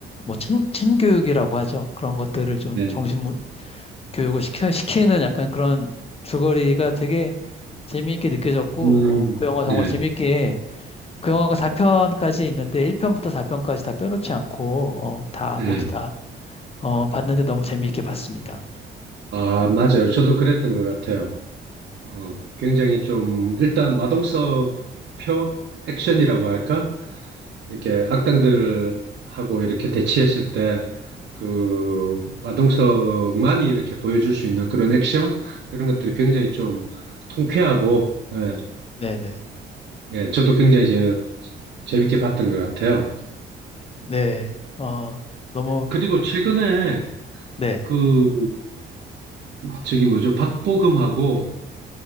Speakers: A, on the left (about 30°); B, on the right (about 60°).
A: 뭐 침, 침교육이라고 하죠. 그런 것들을 좀
B: 네.
A: 정신 문- 교육을 시켜, 시키는 약간 그런 줄거리가 되게 재미있게 느껴졌고
B: 음,
A: 어, 그 영화
B: 네,
A: 정말 재미있게 그 영화가 4편까지 있는데 1편부터 4편까지 다 빼놓지 않고 어, 다
B: 네.
A: 모두 다 어, 봤는데 너무 재미있게 봤습니다.
B: 아, 맞아요. 저도 그랬던 것 같아요. 어, 굉장히 좀, 일단 마동석 표 액션이라고 할까? 이렇게 악당들하고 이렇게 대치했을 때, 그, 마동석만이 이렇게 보여줄 수 있는 그런 액션? 이런 것들이 굉장히 좀 통쾌하고, 예,
A: 네네.
B: 예, 저도 굉장히 이제 재밌게 봤던 것 같아요.
A: 네. 어 너무
B: 그리고 최근에
A: 네.
B: 그 저기 뭐죠? 박보검하고